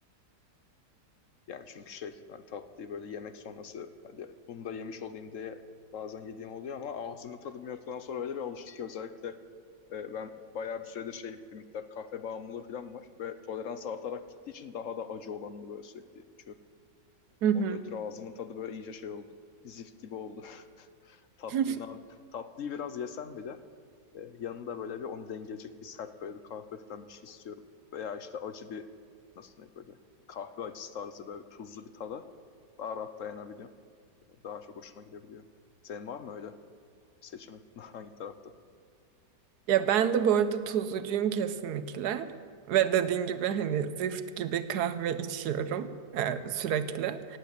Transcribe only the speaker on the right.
hı,
hı.
<laughs>
Ya ben de bu arada tuzlucuyum kesinlikle. Ve dediğin gibi hani zift gibi kahve içiyorum e, sürekli.